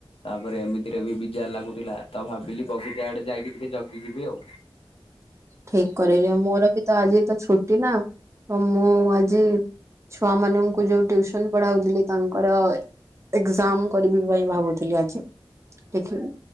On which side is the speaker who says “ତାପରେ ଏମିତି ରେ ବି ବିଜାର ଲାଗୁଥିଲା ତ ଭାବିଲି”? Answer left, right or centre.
Left